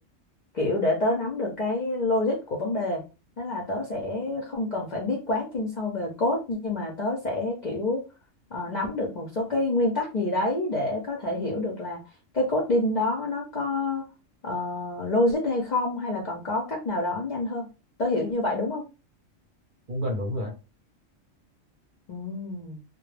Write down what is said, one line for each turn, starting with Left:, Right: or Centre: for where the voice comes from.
Left: kiểu để tớ nắm được cái logic của vấn đề nên là tớ sẽ không cần phải biết quá chuyên sâu về code nhưng mà tớ sẽ kiểu ờ, nắm được một số cái nguyên tắc gì đấy để có thể hiểu được là cái coding đó nó có ờ, logic hay không hay là còn có cách nào đó nhanh hơn tớ hiểu như vậy đúng không
Right: cũng gần đúng rồi đấy
Left: Ừm.